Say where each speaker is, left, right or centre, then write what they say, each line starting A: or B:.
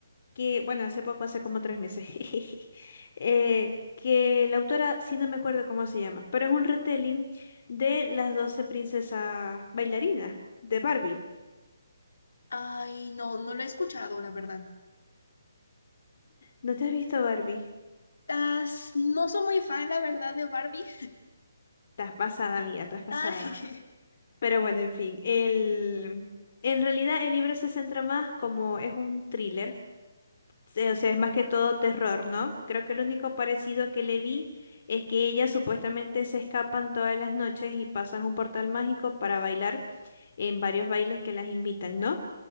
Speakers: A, on the left; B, on the left.
A: que, bueno, hace poco, hace como tres meses, <laughs> eh, que la autora, sí no me acuerdo cómo se llama, pero es un retelling de las 12 princesas bailarinas de Barbie.
B: Ay, no, no lo he escuchado, la verdad.
A: ¿No te has visto Barbie?
B: Ah, s- no soy muy fan, la verdad, de Barbie.
A: Estás pasada, amiga, estás pasada.
B: Ay, <laughs>
A: Pero bueno, en fin, el... en realidad el libro se centra más como es un thriller, se- o sea, es más que todo terror, ¿no? Creo que lo único parecido que le vi es que ellas supuestamente se escapan todas las noches y pasan un portal mágico para bailar en varios bailes que las invitan, ¿no?